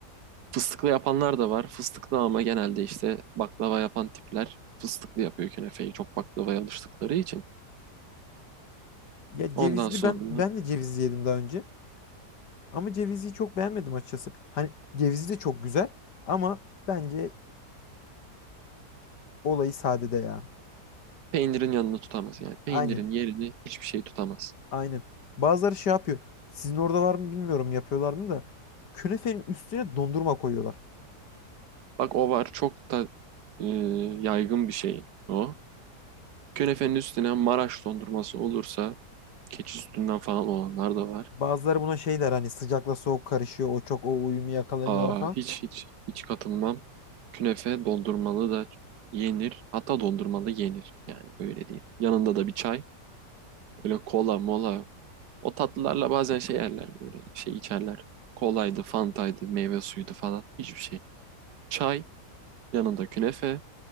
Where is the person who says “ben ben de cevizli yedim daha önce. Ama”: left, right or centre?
Left